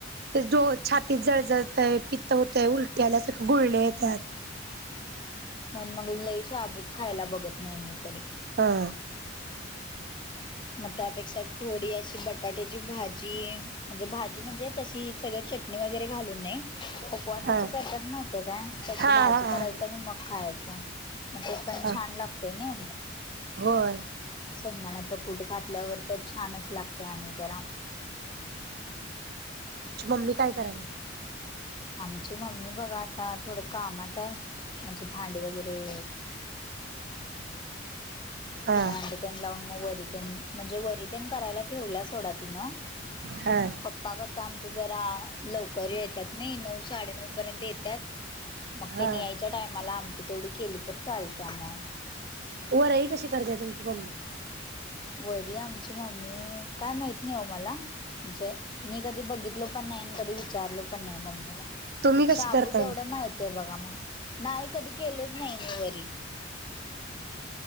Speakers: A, on the right; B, on the left.
A: ते डो छातीत जय जळजळते. य पित्त होतय उलट्या आल्यासारखं गुळण्या येतात.
B: मण मग शाबूत. खायला बघत नाही मी तरी.
A: हा?
B: मग त्यापेक्षा थोडी अशी बटाट्याची भाजी, म्हणजे भाजी म्हणजे. तशी सगळ चटणी वगैरे घालून नाही. उपवासाची
A: हा
B: करतात माहिती काय तशी
A: हा
B: भाजी
A: हा
B: करायच आणि मग खायचं. मग ते पण
A: हा
B: छान लागते ना.
A: होय?
B: शेंगदाण्याचा कूट घातल्यावर तर छानच लागते आणि जरा,
A: म्हे मम्मी.
B: आमची मम्मी बघा आता थोडं कामात आहे? म्हणजे भांडी लागले.
A: हा
B: अांडीतन लावून मग वरतन म्हणजे वरतन करायला ठेवला सोडा तिन.
A: हा.
B: पप्पा कस आमच जरा, लवकर येतात नाही नऊ साडे नऊ पर्यंत येतात? मग
A: हा
B: ते याय च्या टायमाला आमटी तेवढी केली तर चालते आ म,
A: व राही कशी करते आहे तुमची मम्मी.
B: वरी आमची मम्मी काय माहित नाही हो मला. म्हणजे मी कधी बघितलो पण नाही आणि कधी विचारलो पण नाही मम्मीला.
A: तुम्ही कशी
B: शाबू
A: करताय
B: तेवढं माहित आहे बघा मला नाही कधी केलच नाही मी वरी.